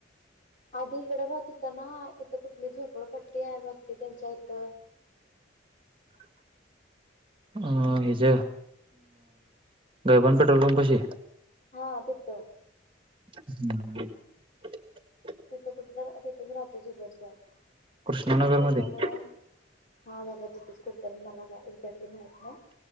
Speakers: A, on the left; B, on the right.
A: आधी इकडं राहतं होता ना इथं कुठली झोपडपट्टी आहे बघ ती त्यांच्या इथं
B: <unintelligible> अं हेज गयबान पेट्रोल पंपशी
A: हा तिथं
B: हम्
A: तिथं कुठं तर तिथंच राहतो जुबेर सर
B: कृष्णानगरमध्ये,
A: आणि त्याच्यामुळं हा बाबा तिथेच कुठंतरी मला का एक्झॅक्टली माहित नाही